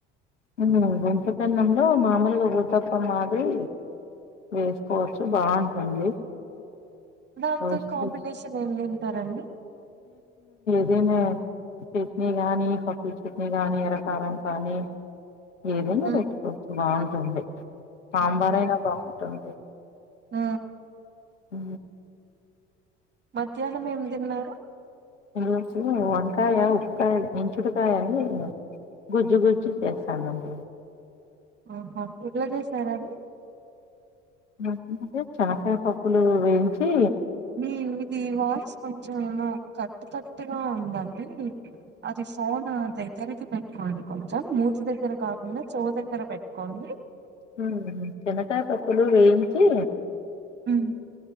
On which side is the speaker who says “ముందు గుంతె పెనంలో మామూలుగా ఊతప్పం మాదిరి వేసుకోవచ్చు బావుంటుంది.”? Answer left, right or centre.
Left